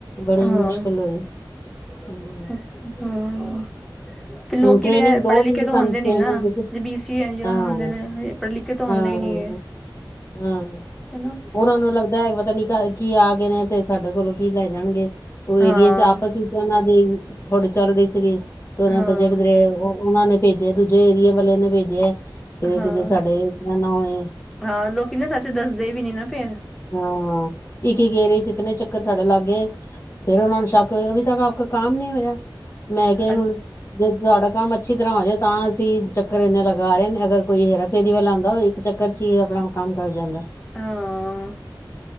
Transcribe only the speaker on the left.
ਬੜੀ
ਮੁਸ਼ਕਿਲ ਹੋਈ।
ਹੂੰ,
ਹੁਣ ਟ੍ਰੇਨਿੰਗ
ਦੋ
ਦਿਨ
ਦੀ ਸਾਨੂੰ
ਟ੍ਰੇਨਿੰਗ
ਦਿੱਤੀ
ਹਾਂ, ਹਾਂ।
ਹਾਂ
ਹਾਂ
ਉਹਨਾਂ ਨੂੰ ਲੱਗਦਾ ਹੈ ਪਤਾ ਨੀ ਕੀ ਆ ਗਏ ਨੇ, ਤੇ ਸਾਡੇ ਕੋਲੋਂ ਕੀ ਲੈ ਜਾਣਗੇ। ਉਹ ਏਰੀਏ
ਚ ਆਪਸ ਵਿੱਚ ਉਹਨਾਂ ਦੇ ਥੋੜ੍ਹੀ ਚੱਲ ਰਹੀ ਸੀਗੀ। ਤੇਰਾਂ
ਚ ਜੇ ਕਿਧਰੇ ਓਹ ਉਹਨਾਂ ਨੇ ਭੇਜਿਆ, ਦੂਜੇ ਏਰੀਏ ਵਾਲਿਆਂ ਨੇ ਭੇਜਿਆ। ਕਿਤੇ
ਕਿਤੇ ਸਾਡੇ ਇਤਨਾ ਨਾ ਹੋਏ
ਹਾਂ ਇੱਕ ਗੇਰੇ ਚ ਹੀ ਕਿਤਨੇ ਚੱਕਰ ਛੜਨ ਲੱਗ ਗਏ ਫੇਰ ਉਹਨਾ ਨੂੰ ਸ਼ੱਕ ਅਭੀ ਤੱਕ ਆਪਕਾ ਕਾਮ ਨੀ ਹੋਇਆ। ਮੈਂ ਕਿਹਾ
ਹੁਣ ਜੇ ਤੁਹਾਡਾ ਕੰਮ ਅੱਛੀ ਤਰ੍ਹਾਂ ਹੋ ਜਾਵੇ ਤਾਂ ਅਸੀਂ ਚੱਕਰ ਇੰਨੇ ਲਗਾ ਰਹੇ ਨੇ ਅਗਰ ਕੋਈ ਹੇਰਾ ਫੇਰੀ ਵਾਲਾ ਆਂਦਾ, ਉਹ ਇੱਕ ਚੱਕਰ ਚ ਹੀ ਆਪਣਾ ਕੰਮ ਕਰ ਜਾਂਦਾ।